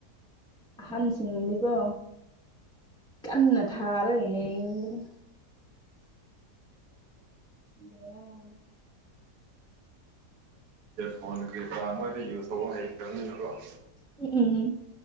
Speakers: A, in the centre; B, on the right.
A: ꯑꯍꯟꯁꯤꯡꯗꯤꯀꯣ ꯀꯟꯅ ꯊꯥꯔ ꯌꯦꯡꯕꯅꯤ ꯕꯦꯔꯥꯅꯤ
B: ꯐꯣꯟ ꯀꯔꯤ ꯀꯔꯥ ꯃꯣꯏꯗꯤ ꯌꯨꯁ ꯇꯧꯕ ꯍꯩꯇꯕꯅꯤꯅꯀꯣ
A: ꯎꯝ ꯎꯝ